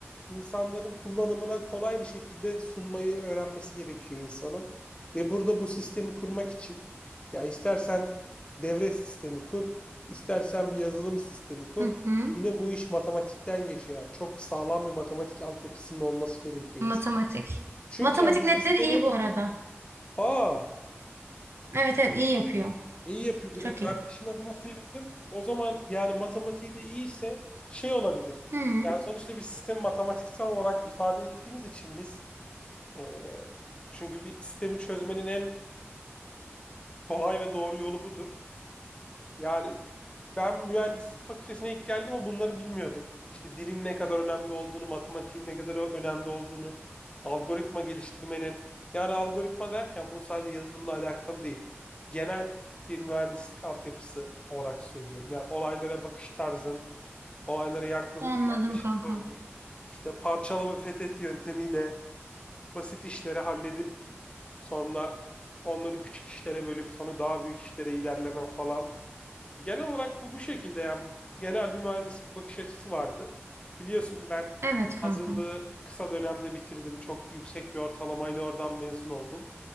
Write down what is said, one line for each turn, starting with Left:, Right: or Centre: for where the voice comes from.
Left: insanların kullanımına kolay bir şekilde sunmayı öğrenmesi gerekiyor insanın. Ve burada bu sistemi kurmak için ya istersen devre sistemi kur, istersen bir yazılım sistemi kur.
Right: Hı hı.
Left: Yine bu iş matematikten geçiyor yani. Çok sağlam bir matematik altyapısının olması gerekiyor insan.
Right: Matematik.
Left: Çünkü
Right: Matematik
Left: yani bir
Right: netleri
Left: sistemi
Right: iyi bu arada.
Left: aa
Right: Evet evet iyi yapıyor.
Left: iyi yapıyor e,
Right: Çok
Left: kardeşin
Right: iyi.
Left: adına sevindim. O zaman yani matematiği de iyiyse şey olabilir.
Right: Hı.
Left: Yani sonuçta bir sistemi matematiksel olarak ifade ettiğimiz için biz Ee, çünkü bir sistemi çözmenin en kolay ve doğru yolu budur. Yani ben mühendislik fakültesine ilk geldim ama bunları bilmiyordum. İşte dilin ne kadar önemli olduğunu, matematiğin ne kadar ö- önemli olduğunu, algoritma geliştirmenin. Yani algoritma derken bu sadece yazılımla alakalı değil. Genel bir mühendislik altyapısı olarak söylüyorum. Yani olaylara bakış tarzın, olaylara yaklanıp
Right: Anladım
Left: yaklaşım
Right: kanka.
Left: tarzın, işte parçala ve fethet yöntemiyle basit işleri halledip Sonra onları küçük işlere bölüp sonra daha büyük işlere ilerlemen falan. Genel olarak bu bu şekilde yani genel bir mühendislik bakış açısı vardı. Biliyorsun ben
Right: Evet kanka.
Left: hazırlığı kısa dönemde bitirdim. Çok yüksek bir ortalamayla oradan mezun oldum.